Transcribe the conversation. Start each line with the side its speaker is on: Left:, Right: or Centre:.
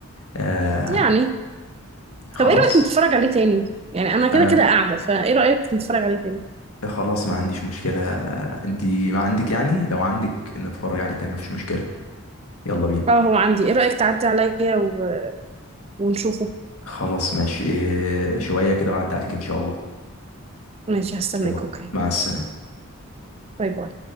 Left: آه
Right: يعني
Left: خلاص
Right: طب ايه رايك نتفرج عليه تاني يعني انا كده
Left: آه
Right: كده قاعده فايه رايك نتفرج عليه تاني
Left: خلاص ما عنديش مشكلة آه انتي ما عندك يعني لو عندك نتفرج عليه تاني مفيش مشكلة يلا بينا
Right: اه هو عندي ايه رايك تعدي عليا و... ونشوفه
Left: خلاص ماشي آه شوية كده وعد عليك ان شاء الله
Right: ماشي هستناك
Left: يلا
Right: اوكي
Left: مع السلامة
Right: باي باي